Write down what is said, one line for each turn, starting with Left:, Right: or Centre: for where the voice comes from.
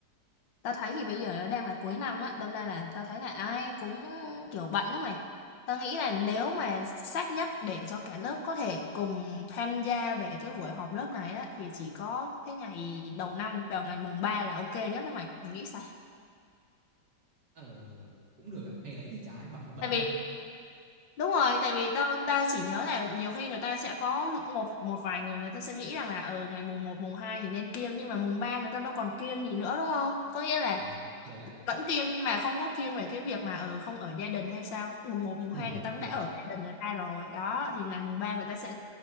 Left: tao thấy thì bây giờ nó đang là cuối năm á đâm ra là tao thấy là ai cũng kiểu bận đó mày tao nghĩ là nếu mà sát nhất để cho cả lớp có thể cùng tham gia về cái buổi họp lớp này á thì chỉ có cái ngày đầu năm vào ngày mùng 3 là ok nhất đó mày mày nghĩ sao
Right: ờ cũng được á ngày đấy thì chả ai bảo là bận
Left: tại
Right: được
Left: vì
Right: ha
Left: đúng rồi tại vì tao tao chỉ nhớ là nhiều khi người ta sẽ có một một vài người người ta sẽ nghĩ rằng là ở ngày mùng một mùng 2 thì nên kiêng nhưng mà mùng 3 người ta đâu còn kiêng gì nữa đúng không có nghĩa là
Right: Ờ, được đấy.
Left: vẫn kiêng nhưng mà không có kiêng về cái việc mà ừ, không ở gia đình hay sao mùng một mùng
Right: Ừ,
Left: 2 người ta cũng
Right: được.
Left: đã ở gia đình người ta rồi đó thì ngày mùng 3 người ta sẽ